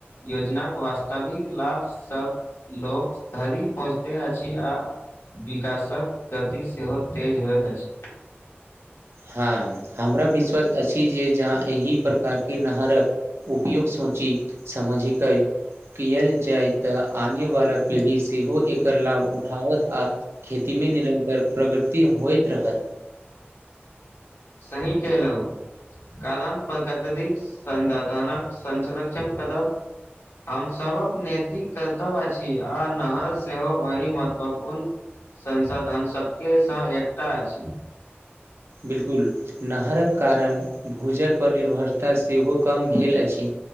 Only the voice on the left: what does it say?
योजना कऽ वास्तविक लाभ सभ लोकग धरी पहुँचते आ विकासक गति सेहो तेज होइत अछि।
सही केलहु। कारण प्रकतिरि कऽ संधनक संर्षण करब हम सभ के नैतिक कर्तव्य अछि आ नहर सेहो एहिह महत्वपूर्ण संसाधन सभकेसँ एकटा अछि।